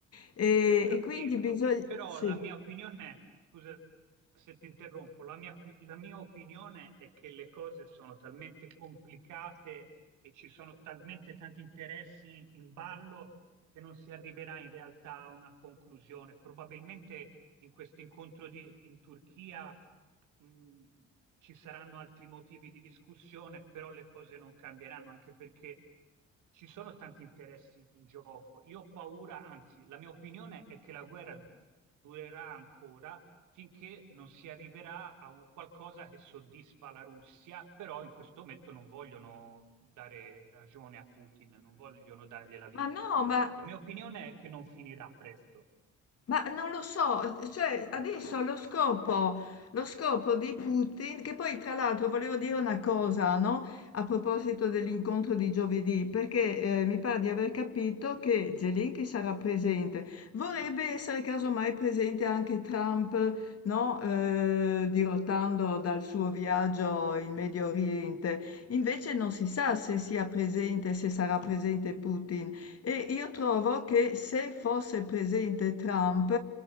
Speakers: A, on the left; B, on the right.
A: E,
B: Ho capito,
A: e quindi bisogna...
B: però
A: Sì.
B: la mia opinione, scusa se ti interrompo, la mia, la mia opinione è che le cose sono talmente complicate e ci sono talmente tanti interessi in ballo che non si arriverà in realtà a una conclusione. Probabilmente in questo incontro di- in Turchia mh, ci saranno altri motivi di discussione, però le cose non cambieranno, anche perché ci sono tanti interessi in gioco. Io ho paura, anzi, la mia opinione è che la guerra durerà ancora finché non si arriverà a un qualcosa che soddisfa la Russia, però in questo momento non vogliono dare ragione a Putin, non vogliono dargliela vinta.
A: Ma no, ma...
B: La mia opinione è che non finirà presto.
A: Ma non lo so, cioè adesso lo scopo, lo scopo di Putin, che poi tra l'altro volevo dire una cosa, no? A proposito dell'incontro di giovedì, perché eh, mi pare di aver capito che Zelensky sarà presente, vorrebbe essere casomai presente anche Trump, no? Eh, dirottando dal suo viaggio in Medio Oriente. Invece non si sa se sia presente, se sarà presente Putin. E io trovo che se fosse presente Trump